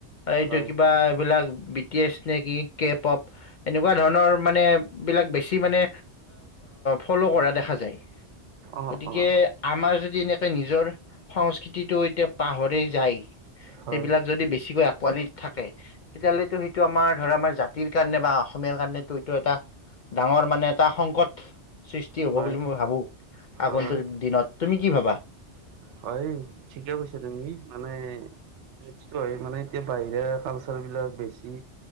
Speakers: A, on the left; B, on the right.
A: এইটো!
B: হয়
A: কিবা এইবিলাক বি টি এছ নেকি কে পপ! এনেকুৱা ধৰণৰ মানে বিলাক বেছি মানে ফ'ল' কৰা দেখা যায়।
B: অ
A: গতিকে
B: অ অ
A: আমাৰ যদি এনেকে নিজৰ! সংস্কৃতিটো এতিয়া পাহৰি যায়
B: হয়
A: এইবিলাক যদি বেছিকৈ আঁকোৱালিত! থাকে তেতিয়া হ'লে সেইটো আমাৰ ধৰা আমাৰ জাতিৰ কাৰণে বা অসমীয়াৰ কাৰণেটো এইটো এটা! ডাঙৰ মানে এটা সংকট। সৃষ্টি হ'ব
B: হয়
A: বুলি মই ভাবো
B: হয়
A: আগন্তুক দিনত তুমি কি ভাবা?
B: হয় ঠিকে কৈছা তুমি মানে! সেইটোতো হয় মানে এতিয়া বাহিৰা কালচাৰ বিলাক বেছি!